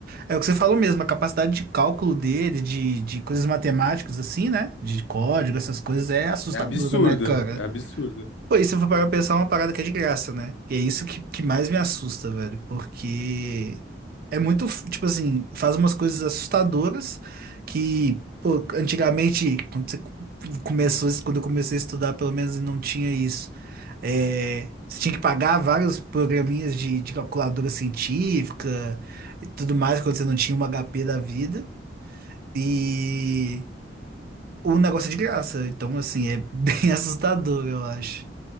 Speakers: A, on the right (about 55°); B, on the left (about 80°).
A: é o que você falou mesmo, a capacidade de cálculo dele, de, de coisas matemáticas assim, né? De código, essas coisas é assustadora,
B: É absurdo,
A: né, cara?
B: é absurdo.
A: Pô, isso eu vou parar pra pensar é uma parada que é de graça, né? E é isso que, que mais me assusta, velho. Porque é muito, f- tipo assim, faz umas coisas assustadoras que, pô, antigamente, quando você co- começou, quando eu comecei a estudar, pelo menos não tinha isso. É, você tinha que pagar vários programinhas de, de calculadora científica e tudo mais, quando você não tinha um HP da vida. E o negócio é de graça. Então, assim, é <laughs> bem assustador, eu acho.